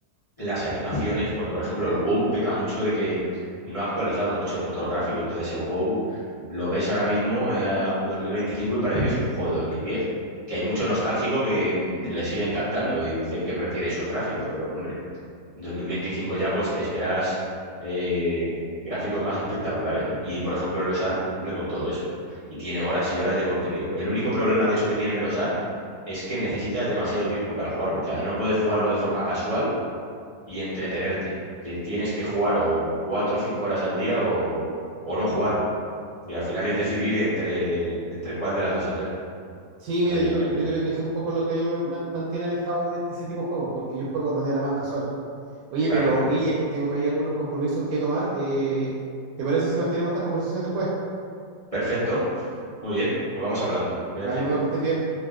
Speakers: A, on the left; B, on the right.
A: las animaciones, porque por ejemplo el WoW peca mucho de que no ha actualizado mucho el motor gráfico, entonces el WoW lo ves ahora mismo eh, en 2025 y parece que es un juego de 2010, que hay mucho nostálgico que mm, le sigue encantando y dice que prefiere esos gráficos, pero hombre, en 2025 ya pues te esperas eh, gráficos más espectaculares, ¿no? Y por ejemplo los Ark cumple con todo eso y tiene horas y horas de contenido. El único problema de hecho que tienen los Ark es que necesitas demasiado tiempo para jugarlo, o sea, no puedes jugarlo de forma casual y entretenerte. Le tienes que jugar o cuatro o cinco horas al día o, o no jugarlo. Y al final es decidir entre, entre cuál de las dos hacer,
B: Sí, mira,
A: básicamente.
B: yo creo, yo creo que es un poco lo que a mí me ma- mantiene alejado de, este, ese tipo de juegos, porque yo juego de manera más casual. Oye,
A: Claro,
B: pero Guille, tengo ahí algunos compromisos que tomar. eh, ¿te parece si mantenemos esta conversación después?
A: perfecto. Muy bien, pues vamos hablando. Cuídate.
B: Vale, nos vemos que estés bien.